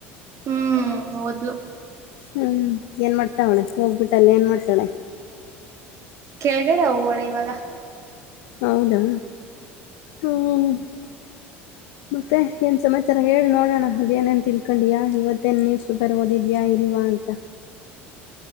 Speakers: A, on the right (about 50°); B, on the left (about 75°).
A: ಹ್ಮ್ ಹೌದು
B: ಹ್ಮ ಏನ್ ಮಾಡ್ತಾತಾವಳೆ ಹೋಗ್ಬಿಟ್ಟಲ್ಲ ಏನ್ ಮಾಡಾ್ತಾಳೆ
A: ಕೆಳಗಡೆ ಹೋಗೋಳೆ ಇವಾಗ
B: ಹೌದಾ ಹ್ಮ್ ಮತ್ತೆ ಏನ್ ಸಮಾಚಾರ ಹೇಳಿ ನೋಡೋಣ ಅದೇಏನೇನ್ ತಿಳ್ಕೊಂಡಿಯಾ ಇವತ್ತೇನ್ ನ್ಯೂಸ್ ಪೇಪರ್ ಓದಿದ್ಯಾ ಇಲ್ಲ ಂತ